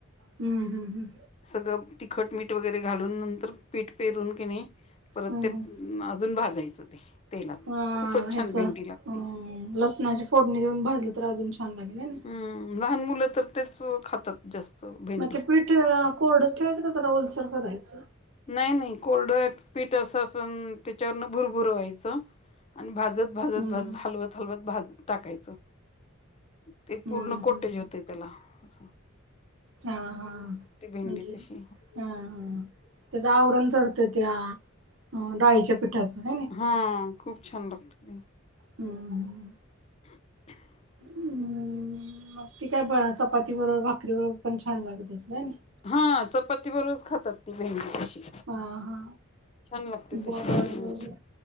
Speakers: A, on the right; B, on the left.
A: हम्म हं हं.
B: सगळं तिखट, मीठ वगैरे घालून नंतर पीठ पेरून केणे परत
A: हम्म
B: ते
A: हम्म
B: म अजून भाजायचं ते. तेलात
A: अ
B: खूपच
A: ह्याच
B: छान भेंडी
A: अ
B: लागते.
A: लसणाची फोडणी देऊन भाजलं तर अजून छान लागल हनी.
B: हम् लहान मुलं तर तेच खातात जास्त. भेंडी.
A: मग ते पीठ कोरडच ठेवायचं का जरा ओलसर करायचं?
B: नाही नाही कोरड पीठ असं पण त्याच्यावरन भुरभुर व्हायचं आणि भाज भाजत भाजत
A: हम्म
B: भाजत हलवत हलवत भाज टाकायचं ते
A: हम्म
B: पूर्ण कोटेज
A: हम्म
B: होतेय. तेला. अच्छा.
A: हा हा
B: भेंडी
A: म्हणजे?
B: तशी
A: हा हा. त्याचं आवरण चढतय त्या डाळीच्या पिठ पिटाचं मेनी.
B: हं खूप छान लागतो ते.
A: हम्म्.
B: <inaudible>
A: हम् मग ती काय भा -चपाती बरोबर भाकरी बरोबर पण छान लागत असलं हाय नाय?
B: हा चपाती बरोबरच खातात ती भेंडी तशी.
A: हा हा
B: छान लागते
A: बर
B: तशी
A: बर बर.